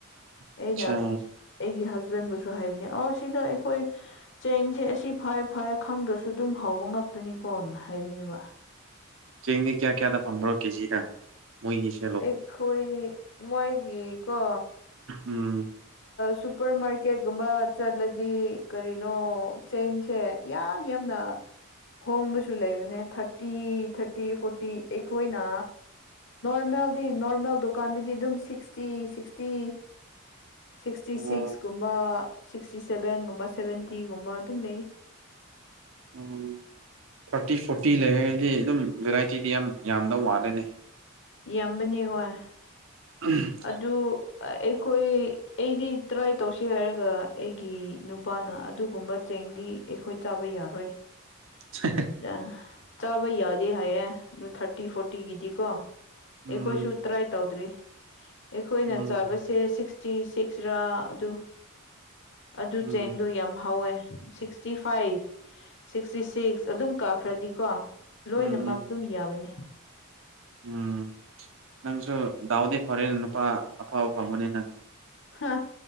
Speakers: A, on the right (about 65°); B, on the left (about 60°).
A: ꯑꯆꯥ
B: ꯑꯩꯅ ꯑꯩꯒꯤ ꯍꯁꯕꯦꯟꯕꯨꯁꯨ ꯍꯥꯏꯕꯅꯤ ꯑ ꯁꯤꯗ ꯑꯩꯈꯣꯏ ꯆꯦꯡꯁꯦ ꯑꯁꯤ ꯐꯥꯏꯌꯦ ꯐꯥꯏꯌꯦ ꯈꯪꯗ꯭ꯔꯁꯨ ꯑꯗꯨꯝ ꯍꯥꯎꯕ ꯉꯥꯛꯇꯅꯤꯀꯣꯅ ꯍꯥꯏꯕꯅꯦꯕ
A: ꯆꯦꯡꯗꯤ ꯀꯌꯥ ꯀꯌꯥꯗ ꯐꯪꯕ꯭ꯔꯣ ꯀꯦꯖꯤꯗ ꯃꯣꯏꯒꯤꯁꯤ
B: ꯑꯩꯈꯣꯏ ꯅꯤ ꯃꯣꯏꯒꯤꯀꯣ
A: ꯎꯝ
B: ꯁꯨꯄꯔ ꯃꯥꯔꯀꯦꯠꯒꯨꯝꯕ ꯆꯠꯂꯗꯤ ꯀꯔꯤꯅꯣ ꯆꯦꯡꯁꯦ ꯌꯥꯝ ꯌꯥꯝꯅ ꯍꯣꯡꯕꯁꯨ ꯂꯩꯕꯅꯦ ꯊꯥꯔꯇꯤ ꯊꯥꯔꯇꯤ ꯐꯣꯔꯇꯤ ꯑꯩꯈꯣꯏꯅ ꯅꯣꯔꯃꯦꯜꯗꯤ ꯅꯣꯔꯃꯦꯜ ꯗꯨꯀꯥꯟꯗꯗꯤ ꯑꯗꯨꯝ ꯁꯤꯛꯁꯇꯤ ꯁꯤꯛꯁꯇꯤ ꯁꯤꯛꯁꯇꯤ
A: ꯑꯣ
B: ꯁꯤꯛꯁꯀꯨꯝꯕ ꯁꯤꯛꯁꯇꯤ ꯁꯚꯦꯟꯒꯨꯝꯕ ꯁꯕꯦꯟꯇꯤꯒꯨꯝꯕ ꯑꯗꯨꯝ ꯂꯩ
A: ꯎꯝ ꯊꯥꯔꯇꯤ ꯐꯣꯔꯇꯤ ꯂꯩꯔꯒꯗꯤ ꯑꯗꯨꯝ ꯚꯦꯔꯥꯏꯇꯤꯗꯤ ꯌꯥꯝ ꯌꯥꯝꯗꯧ ꯃꯥꯜꯂꯦꯅꯦ
B: ꯌꯥꯝꯕꯅꯦ ꯍꯣꯏ
A: ꯑꯝ
B: ꯑꯗꯨ ꯑꯩꯈꯣꯏ ꯑꯩꯗꯤ ꯇ꯭ꯔꯥꯏ ꯇꯧꯁꯤ ꯍꯥꯏꯔꯒ ꯑꯩꯒꯤ ꯅꯨꯄꯥꯅ ꯑꯗꯨꯒꯨꯝꯕ ꯆꯦꯡꯗꯤ ꯑꯩꯈꯣꯏ ꯆꯥꯕ ꯌꯥꯔꯣꯏ
A: <unintelligible>
B: ꯌꯥ ꯆꯥꯕ ꯌꯥꯗꯦ ꯍꯥꯏꯌꯦ ꯑꯗꯨ ꯊꯥꯔꯇꯤ ꯐꯣꯔꯇꯤꯒꯤꯗꯤꯀꯣ ꯑꯩꯈꯣꯏꯁꯨ
A: ꯎꯝ
B: ꯇ꯭ꯔꯥꯏ ꯇꯧꯗ꯭ꯔꯤ ꯑꯩꯈꯣꯏꯅ
A: ꯎꯝ
B: ꯆꯥꯕꯁꯦ ꯁꯤꯛꯁꯇꯤ ꯁꯤꯛꯁꯔꯥ ꯑꯗꯨ ꯑꯗꯨ
A: ꯎꯝ
B: ꯆꯦꯡꯗꯣ ꯌꯥꯝ ꯍꯧꯋꯦ ꯁꯤꯛꯁꯇꯤ ꯐꯥꯏꯚ ꯁꯤꯛꯁꯇꯤ ꯁꯤꯛꯁ ꯑꯗꯨꯝ ꯀꯥꯈ꯭ꯔꯗꯤꯀꯣ ꯂꯣꯏꯅꯃꯛ
A: ꯎꯝ ꯎꯝ
B: ꯑꯗꯨꯝ ꯌꯥꯕꯅꯤ
A: ꯎꯝ ꯅꯪꯁꯨ ꯗꯥꯎꯗꯤ ꯐꯔꯦꯅꯦ ꯅꯨꯄꯥ ꯑꯐꯕ ꯐꯪꯕꯅꯤꯅ
B: ꯍꯥ